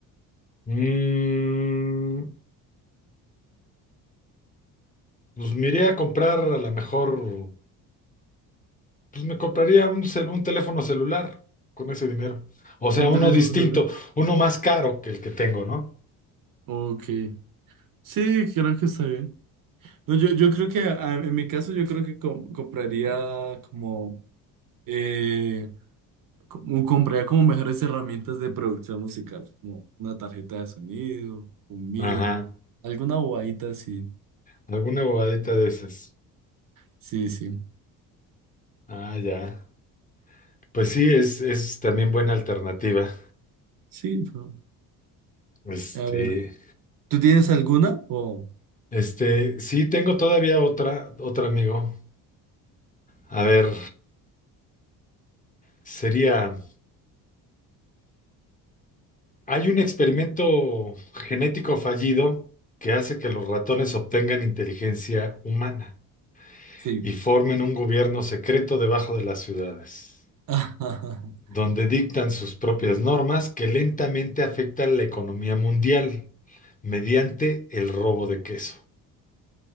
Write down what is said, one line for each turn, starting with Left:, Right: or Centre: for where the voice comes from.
Left: Mm, pues me iría a comprar a lo mejor, pues me compraría un, cel- un teléfono celular con ese dinero. O sea,
Right: Un
Left: uno
Right: teléfono
Left: distinto,
Right: celular.
Left: uno más caro que el que tengo, ¿no?
Right: Ok, sí, creo que está bien. No, yo, yo creo que ah, en mi caso yo creo que com- compraría como eh, como- compraría como mejores herramientas de producción musical, como una tarjeta de sonido, un MIDI,
Left: Ajá.
Right: alguna bobadita así.
Left: Alguna bobadita de esas.
Right: Sí, sí.
Left: Ah, ya. Pues sí, es, es también buena alternativa.
Right: Sí, no.
Left: Este.
Right: A ver, ¿tú tienes alguna? o
Left: Este, sí, tengo todavía otra, otra amigo. A ver, sería, hay un experimento genético fallido que hace que los ratones obtengan inteligencia humana
Right: sí.
Left: y formen un gobierno secreto debajo de las ciudades,
Right: <laughs>
Left: donde dictan sus propias normas que lentamente afectan la economía mundial mediante el robo de queso.